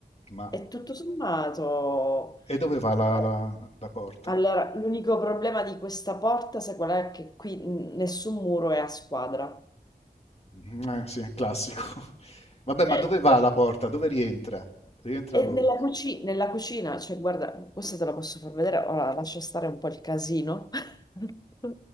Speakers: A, on the left; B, on the left.
A: Ma
B: E tutto sommato,
A: E dove va la,
B: vabbè,
A: la- la porta?
B: allora, l'unico problema di questa porta, sai qual è? Che qui mh, nessun muro è a squadra.
A: Mm, Eh, sì, classico. <laughs> Vabbè, ma
B: <laughs>
A: dove va la porta? Dove rientra? Rientra
B: E
A: dove?
B: nella, cuci- nella cucina, cioè guarda, questa te la posso far vedere, ora lascio stare un po' il casino <laughs>